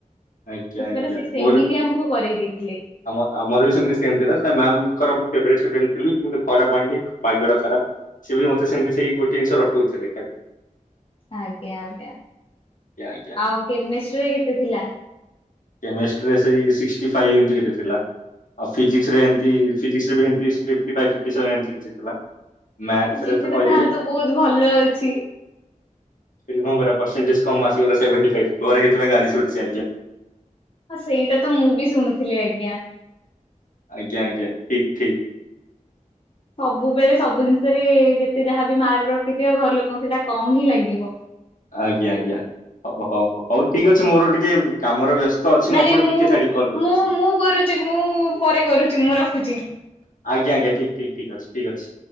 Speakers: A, on the left (about 75°); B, on the left (about 45°).
A: ଆଜ୍ଞା
B: ସତରେ
A: ଆଜ୍ଞା
B: ସେ ସେମିତି
A: ମୋର
B: ଆମକୁ କରେଇ ଦେଇେଇଥିଲେ
A: ଆମର ବି ସେମିତି ସେମ ଥିଲା ସେ ମାମଙ୍କର ଫେଭରାଇଟ ଷ୍ଟୁଡେଣ୍ଟ ଥିଲି କିନ୍ତ ଖରାପ ମାଇଣ୍ଡ ଭାଗ୍ୟଟା ଖରାପ ସେ ବି ମତେ ସେମିତି ସେଇ ଗୋଟେ ଜିନିଷ ରଟଉ ଥିଲେ ଖାଲି
B: ଆଜ୍ଞା ଆଜ୍ଞା
A: ଆଇଜ୍ଞା
B: ଆଉ କେମିଷ୍ଟ୍ରୀ ରେ କେତେ ଥିଲା?
A: କେମେଷ୍ଟିରେ ସେଇ ସିକ୍ସଟି ଫାଇଭ୍ ଏମିତି କେତେ ଥିଲା ଆଉ ଫିଜିକ୍ସରେ ଏମତି ଫିଜିକ୍ସରେ ଫିଫ୍ଟି ଫାଇଭ ଫିଫ୍ଟ ସେଭେନ ଏମିତି ଥିଲା ମ୍ୟାଥ୍ସରେ
B: ଫିଜିକ୍ସରେ
A: ତ କହିଦେଲି
B: ତାହେଲେ ତ ବହୁତ ଭଲ ଅଛି
A: କଣ କରିବା ପର୍ସେଣ୍ଟେଜ୍ କମ୍ ଆସିଗଲା ସେଭେଣ୍ଟୀ ଫାଇଭ ଘରେ ସେଥିପାଇଁ ଗାଳି ଶୁଣୁଛି ଆଜ୍ଞା
B: ହଁ ସେଇଟା ତ ମୁଁ ବି ଶୁଣୁଥିଲି ଆଜ୍ଞା
A: ଆଜ୍ଞା ଆଜ୍ଞା ଠିକ ଠିକ
B: ସବୁବେଳେ ସବୁ ଜିନିଷରେ ଯେତେ ଯାହାବି ମାର୍କ ରଖିଦିଅ ଘର ଲୋକଙ୍କୁ ସେଇଟା କମ ହିଁ ଲାଗିବ
A: ଆଜ୍ଞା ଆଜ୍ଞା ହଉ ହଉ ଠିକ ଅଛି ମୋର ଟିକେ କାମରେ ବ୍ୟସ୍ତ ଅଛି
B: ନାଇଁ
A: ଆପଣଙ୍କୁ
B: ନାଇଁ ମୁଁ
A: ଟିକେ ଛାଡିକି କଲ୍ କରୁଛି।
B: ମୁଁ ମୁଁ କରୁଛି ମୁଁ ପରେ କରୁଛି ମୁଁ ରଖୁଛି
A: ଆଜ୍ଞ ଆଜ୍ଞା ଠିକ ଠିକ ଠିକ ଅଛି ଠିକ ଅଛି